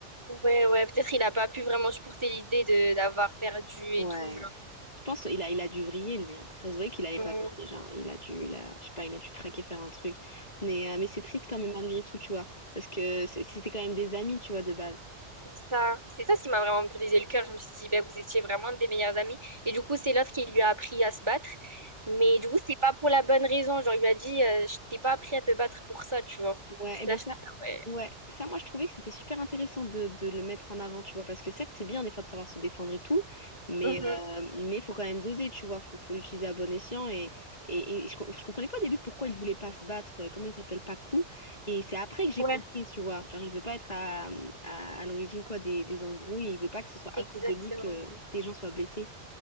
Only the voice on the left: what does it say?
Ouais.
Je pense qu'il a, il a dû vriller, lui. hein. Ça se voyait qu'il allait
pas bien déjà. hein. Il a dû, il a- je sais pas, il a dû craquer, faire un truc. Mais, euh, mais c'est triste quand même, malgré tout, tu vois. Parce que c'est- c'était quand même des amis, tu vois, de base.
Ouais,
et ben
ça,
ouais, ça, moi, je trouvais que c'était super intéressant de, de le mettre en avant, tu vois, parce que certes, c'est bien des fois de savoir se défendre et tout, mais
euh, mais faut quand même doser, tu vois, faut, faut l'utiliser à bon escient. Et, et, et je, com- je comprenais pas au début pourquoi il voulait pas se battre, euh, comment il s'appelle, Pacu, et c'est après que j'ai
compris, tu vois, genre, il veut pas être à, à, à l'origine, quoi, des, des embrouilles, et il veut pas que ce soit
à cause de lui que des gens soient blessés.